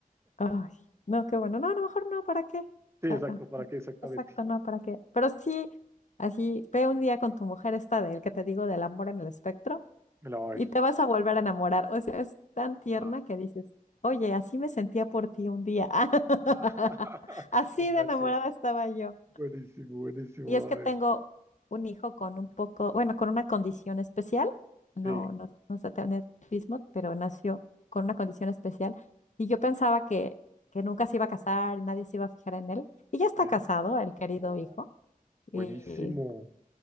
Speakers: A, on the left; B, on the right.
A: Ay, no, qué bueno. No, a lo mejor no, ¿para qué?
B: Sí, exacto,
A: Ah, ah,
B: ¿para
A: no.
B: qué exactamente?
A: Exacto, no, ¿para qué? Pero sí, así, ve un día con tu mujer esta del que te digo del amor en el espectro
B: Me la va a
A: y
B: ver.
A: te vas a volver a enamorar. O sea, es tan tierna
B: Ah.
A: que dices, oye, así me sentía por ti un día. <laughs>
B: <laughs>
A: Así
B: Le voy
A: de
B: a
A: enamorada
B: decir,
A: estaba yo.
B: buenísimo, buenísimo,
A: Y es
B: a
A: que tengo
B: ver.
A: un hijo con un poco, bueno, con una condición especial, no,
B: Sí,
A: no, no sé tener autismo, pero nació con una condición especial. Y yo pensaba que, que nunca se iba a casar y nadie se iba a fijar en él. Y ya está
B: sí.
A: casado, el querido
B: No,
A: hijo,
B: buenísimo.
A: y